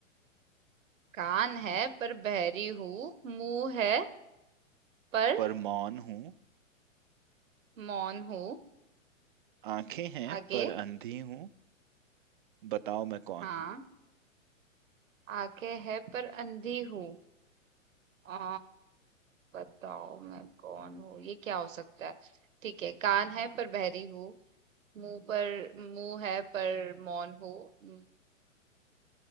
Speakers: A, on the right; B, on the right.
A: कान है पर बहरी हूँ मुंह है पर
B: पर मौन हूँ
A: मौन हूँ
B: आंखें हैं
A: आगे
B: पर अंधी हूँ बताओ मैं कौन
A: हाँ
B: हूँ
A: आंखें है पर अंधी हूँ आ, बताओ मैं कौन हूँ ये क्या हो सकता है ठीक है कान है पर बहरी हूँ मुंह पर मुंह है पर मौन हूँ म-